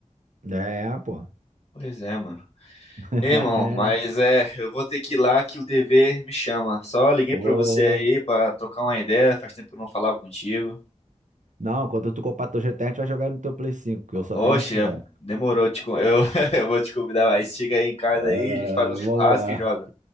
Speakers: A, on the right; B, on the left.
A: É, pô.
B: Pois é, mano.
A: <laughs>
B: Ei, irmão, mas é, eu vou ter que ir lá que o dever me chama. Só liguei
A: Pô.
B: pra você aí pra trocar uma ideia, faz tempo que eu não falava contigo.
A: Não, quando tu comprar teu GTA, a gente vai jogar no teu Play 5, que eu só
B: Oxe,
A: tenho Xbox.
B: demorou, te, con- eu, <laughs> eu vou te convidar mais. Chega aí em casa aí,
A: É,
B: a gente faz um churrasco
A: vamos lá.
B: e joga.